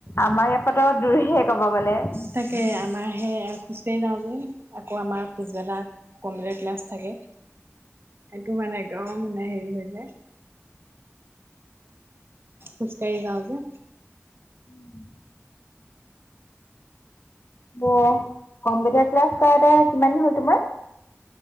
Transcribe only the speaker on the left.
আমাৰ ইয়াৰপাতো দূৰেহে কব গলে।
<inaudible> অ', কম্পিউটাৰ ক্লাছ কৰা এটা কিমান দিন হ'ল তোমাৰ?